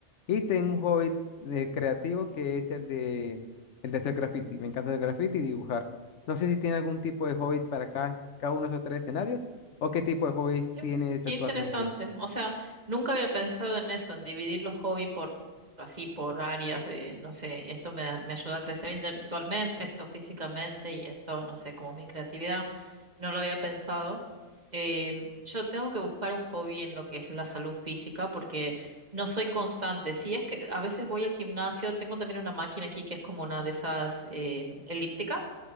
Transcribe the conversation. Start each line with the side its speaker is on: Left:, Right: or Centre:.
Left: Y tengo un hobby eh, creativo que es el de, el de hacer graffiti. Me encanta hacer graffiti y dibujar. No sé si tiene algún tipo de hobby para cada, cada uno de esos tres escenarios o qué tipo de hobbies
Right: Yo-
Left: tienes
Right: Qué
Left: actualmente.
Right: interesante. O sea, nunca había pensado en eso, en dividir los hobbies por así, por áreas de, no sé, esto me, da- me ayuda a crecer intelectualmente, esto físicamente y esto, no sé, como mi creatividad. No lo había pensado. Em, yo tengo que buscar un hobby en lo que es la salud física porque no soy constante. Si es que a veces voy al gimnasio, tengo también una máquina aquí que es como una de esas eh, elípticas